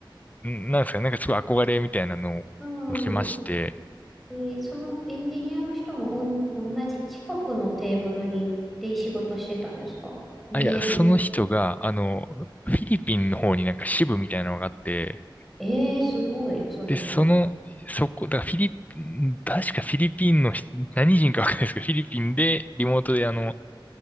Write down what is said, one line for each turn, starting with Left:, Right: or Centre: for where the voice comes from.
Left: んなんですかね、なんかすごい憧れみたいなのを受けまして、
Centre: うん。で、そのエンジニアの人もおん、同じ近くのテーブルに、で仕事してたんですか見えるってことは。
Left: あ、いや、その人が、あの、フィリピンの方になんか支部みたいなのがあって、
Centre: ええー、すごい、それまた。
Left: で、その、そこ、だからフィリピン、確かフィリピンの人、何人かわかんないですけど、フィリピンでリモートであの、